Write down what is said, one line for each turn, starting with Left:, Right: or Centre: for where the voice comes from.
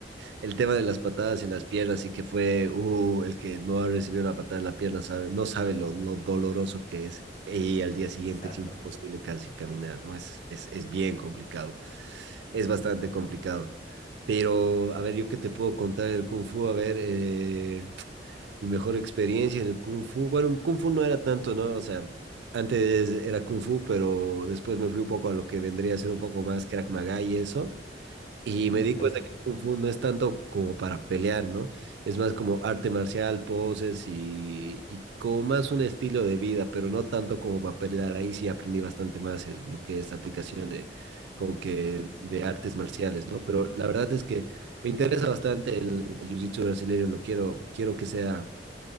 Right: el tema de las patadas en las piernas y que fue, uh, el que no ha recibido una patada en la pierna sabe, no sabe lo, lo doloroso que es y al día siguiente
Left: Exacto.
Right: es imposible casi caminar, ¿no? Es, es, es bien complicado, es bastante complicado. Pero, a ver, yo qué te puedo contar del Kung Fu, a ver, eh, mi mejor experiencia en el Kung Fu. Bueno, Kung Fu no era tanto, ¿no? O sea, antes era Kung Fu, pero después me fui un poco a lo que vendría a ser un poco más Krav Maga y eso. Y
Left: Mm,
Right: me di
Left: Interesante.
Right: cuenta que el Kung Fu no es tanto como para pelear, ¿no? Es más como arte marcial, poses y, y como más un estilo de vida, pero no tanto como para pelear. Ahí sí aprendí bastante más el- lo que es la aplicación de, como que de artes marciales, ¿no? Pero la verdad es que me interesa bastante el, el jiu-jitsu brasileño, lo quiero, quiero que sea